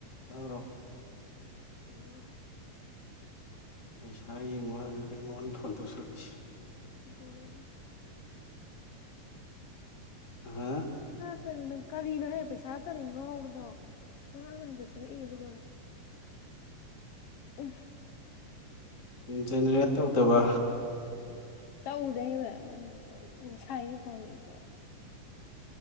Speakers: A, on the left (about 25°); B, on the left (about 85°).
A: ꯇꯗ꯭ꯔꯣ
B: ꯑꯃ
A: ꯄꯩꯁꯥ ꯌꯦꯡꯂꯑꯒ ꯀꯩꯅꯣꯅ ꯐꯣꯟ ꯇꯧꯁꯤꯜꯂꯛꯏꯁꯦ
B: ꯇꯧꯔ
A: ꯍꯥꯥ
B: ꯠꯇꯅꯦ ꯅꯪ ꯀꯔꯤꯅꯣꯍꯦ ꯄꯩꯁꯥ ꯇꯅꯤ ꯉꯥꯎꯔꯕꯣ ꯉꯔꯥꯡ ꯅ ꯍꯟꯗ ꯁꯪꯉꯛꯏ ꯑꯗꯨꯒ ꯑ
A: ꯖꯦꯅꯦꯔꯦꯠ ꯇꯧꯗꯕ
B: ꯇꯧꯗꯩꯕ ꯅꯪ ꯀꯣ ꯁꯥꯏꯅꯠꯇ꯭ꯔꯣꯉꯛꯏꯗꯣ